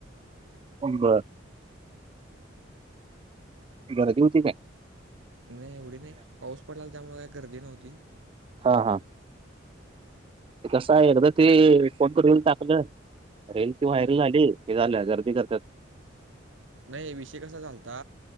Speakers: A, on the right; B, on the right.
A: उ बर. गरदी होती काय?
B: नाइ एवढी नाइ पाऊस पडलाला त्यामुळे काय गर्दी नव्हती.
A: हा हा. कसाय एकदा ते फोन करून टाकलं रेल
B: हम्म
A: कि व्हायर झाली की झालं गर्दी करत्यात.
B: नाही विषय कसा झालता